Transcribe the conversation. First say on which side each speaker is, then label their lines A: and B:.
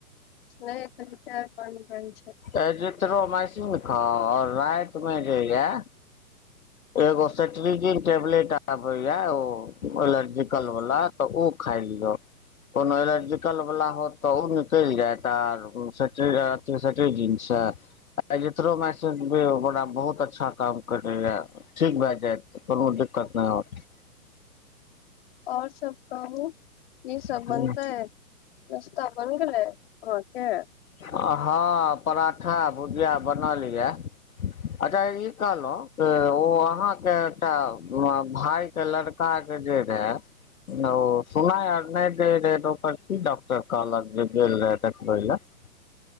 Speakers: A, on the left; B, on the left.
A: नै अभी चाय पानी भरि छै।
B: एजिथरो माएसीन खाउ और राति मे जे या एगो सेटरीजिन टेबलेट आबे या ओ एलर्जिकल वला तऽ ओ खाइयौ ओना एलर्जिकल बला होत त ओ निकेल जायत आर सेटरीजीन से। एजिथरोमाइसीन भी बड़ा बहुत अच्छा काम करै ये। ठीक भए जाएत, कोनो दिकत नै होत।
A: और सब। कहू की सब
B: होत
A: बनतै, नस्ता बनि गेलै अहाँके।
B: हाँ पराठा-भुजिया बनल या। अच्छा ई कहलौ उ अहाँके एकटा भाय के लड़ का जे रहा। ओ सुनाय आर नै दे रहे तऽ ओकर की डॉक्टर कहलक जे गेल रहाए देखबै लाए?